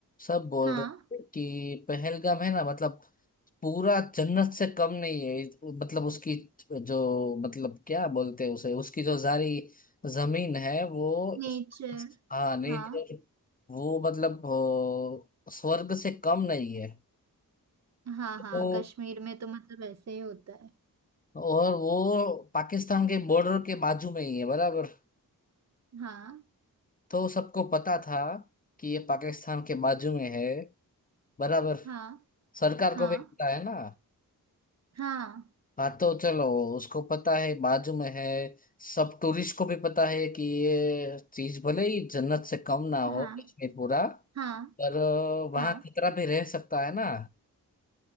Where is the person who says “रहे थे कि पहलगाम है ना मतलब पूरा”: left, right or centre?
Left